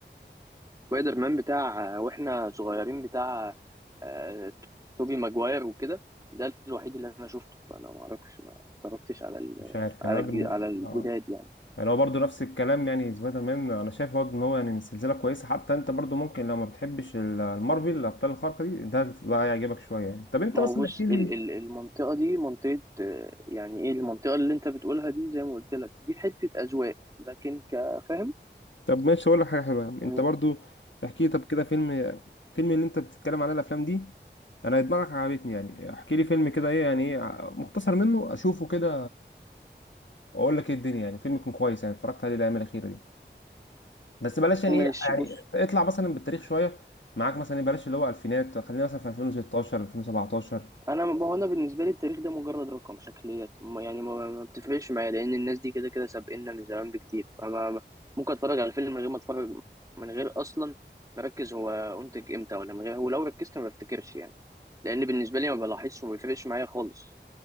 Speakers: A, on the right; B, on the left.
A: سبايدر مان بتاع واحنا صغيرين بتاع آه، توبي ماجواير وكده ده الوحيد اللي انا شفته فانا ما اعرفش ما اتفرجتش على ال-
B: مش عارف
A: على
B: يعني، انا
A: الج-
B: بالن...
A: على الجداد
B: آه.
A: يعني
B: يعني هو برضه نفس الكلام يعني سبايدر مان انا شايف برضه ان هو يعني من سلسله كويسه حتى انت برضه ممكن لو ما بتحبش ال- المارفل الابطال الخارقه دي ده بقى يعجبك شويه يعني طب انت
A: ما
B: مثلا
A: هو بص
B: احكي لي
A: ال- ال- المنطقة دي منطقة آه، يعني ايه المنطقة اللي انت بتقولها دي زي ما قلت لك دي حتة أذواق لكن كفاهم
B: طب ماشي اقول لك حاجه حلوه يا عم.
A: مم.
B: انت برضه احكي لي طب كده فيلم فيلم اللي انت بتتكلم عليه الافلام دي انا دماغك عجبتني يعني احكي لي فيلم كده ايه يعني ايه ع- مقتصر منه اشوفه كده اقول لك ايه الدنيا يعني فيلم يكون كويس يعني اتفرجت عليه الايام الاخيره دي بس بلاش يعني
A: ماشي
B: ايه يعني
A: بص
B: اطلع مثلا بالتاريخ شويه معاك مثلا إيه، بلاش اللي هو الفينات خلينا مثلا في 2016 2017
A: انا ما هو انا بالنسبة لي التاريخ ده مجرد رقم شكليات ما- يعني ما ما بتفرقش معايا لأن الناس دي كده كده سابقنا من زمان بكتير فما ممكن اتفرج على فيلم من غير ما اتفرج من غير اصلا مركز هو انتج امتى ولا من غير ولو ركزت ما بفتكرش يعني لأن بالنسبة لي ما بلاحظش وما بيفرقش معايا خالص